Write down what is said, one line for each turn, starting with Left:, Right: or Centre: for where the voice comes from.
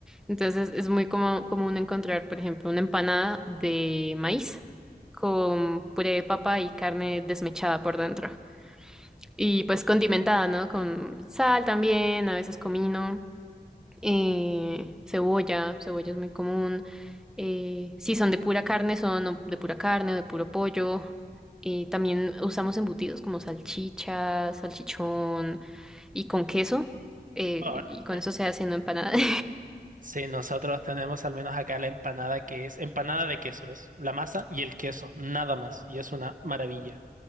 Centre: Entonces es muy como- común encontrar, por ejemplo, una empanada de maíz con puré de papa y carne desmechada por dentro. Y pues condimentada, ¿no? Con sal también, a veces comino eh, cebolla, cebolla es muy común. eh, si son de pura carne, son o de pura carne o de puro pollo. eh, también usamos embutidos como salchicha, salchichón y con queso. eh,
Right: Ahora,
Centre: y con eso se hace una empanada. <laughs>
Right: sí, nosotros tenemos al menos acá la empanada que es empanada de queso, es la masa y el queso, nada más, y es una maravilla.